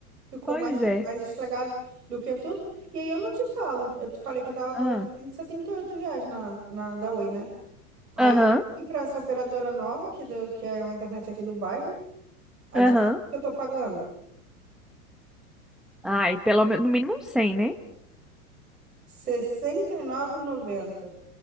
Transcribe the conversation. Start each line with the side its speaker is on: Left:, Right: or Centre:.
Right: ficou
Centre: Pois
Right: mais,
Centre: é.
Right: mais estragado do que tudo. E aí eu não te falo. Eu te falei que eu tava
Centre: Ah,
Right: pagando 178 reais na, na da Oi, né? Aí
Centre: Aham,
Right: eu fui pra essa operadora nova, que, do, que é uma internet aqui do bairro. Adivinha
Centre: aham.
Right: o que eu tô pagando?
Centre: Ai, pelo menos, no mínimo um 100, né?
Right: sessenta e nove e noventa